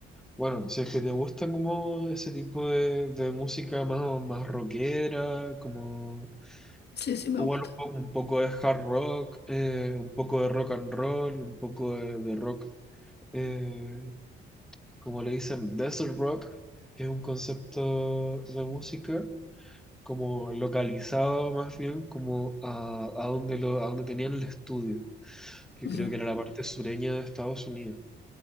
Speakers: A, in the centre; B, on the left.
A: bueno, si es que te gusta como ese tipo de, de música más, más rockera, como
B: Sí, sí me
A: igual
B: gusta.
A: un po- un poco, de hard rock, eh, un poco de rock and roll, un poco de, de rock, eh, como le dicen, desert rock, que es un concepto de música. como localizado más bien como a, a donde lo, a donde tenían el estudio, que
B: Ujú.
A: creo que era la Mm. parte sureña de Estados Unidos.